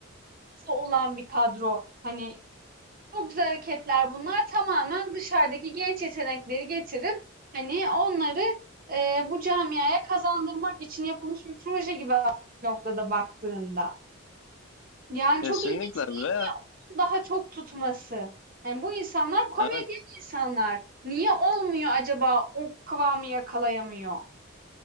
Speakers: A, on the right (about 40°); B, on the left (about 60°).
A: fazla olan bir kadro. Hani çok güzel hareketler bunlar tamamen dışarıdaki genç yetenekleri getirip hani onları eee, bu camiaya kazandırmak için yapılmış bir proje gibi bir noktada baktığında. Yani
B: Kesinlikle
A: çok ilginç
B: ve
A: daha çok tutması. Yani bu insanlar komedyen
B: evet
A: insanlar. Niye olmuyor acaba o kıvamı yakalayamıyor?